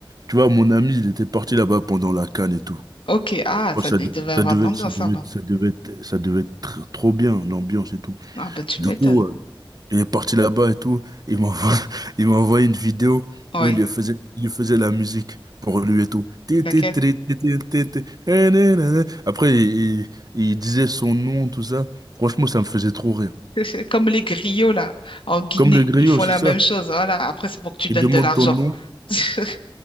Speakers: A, on the right; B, on the left.
A: tu vois, mon ami, il était parti là-bas pendant la CAN et tout.
B: Ok, ah,
A: Oh,
B: ça,
A: ça,
B: il
A: de-
B: devait
A: ça
B: avoir
A: devait,
B: de l'ambiance
A: ça devait,
B: là-bas.
A: ça devait, être- ça devait être tr- trop bien, l'ambiance et tout.
B: Ah, bah, tu
A: Du
B: m'étonnes.
A: coup, euh, Il est parti là-bas et tout. Il m'envoie, <laughs> il m'a envoyé une vidéo
B: Oui,
A: où il lui faisait, il lui faisait la musique pour lui et tout. Ti,
B: laquelle?
A: ti, tri, ti, ti, ti, ti, eh, na, na, na. Après, il, il- il disait son nom, tout ça. Franchement, ça me faisait trop rire.
B: <laughs> C'est Comme les griots, là, en Guinée,
A: Comme le griot,
B: ils font
A: c'est
B: la
A: ça.
B: même chose. Voilà, après, c'est pour que tu
A: Il
B: donnes
A: demande
B: de l'argent.
A: ton nom.
B: <laughs>